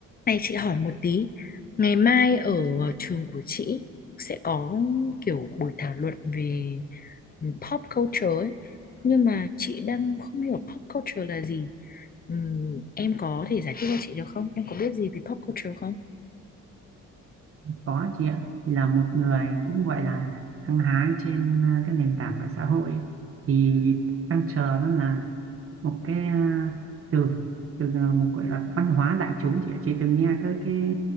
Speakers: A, on the left; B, on the right.
A: Này chị hỏi một tí, ngày mai ở trường của chị sẽ có kiểu buổi thảo luận về pop culture ấy. Nhưng mà chị đang không hiểu pop culture là gì. Ừm, em có thể giải thích cho chị được không? Em có biết gì về pop culture không?
B: Có chị ạ, thì là một người cũng gọi là hăng hái trên à, cái nền tảng mạng xã hội ấy, thì đang chờ nó là một cái à, từ từ à, một gọi là văn hóa đại chúng chị ạ. Chị từng nghe tới cái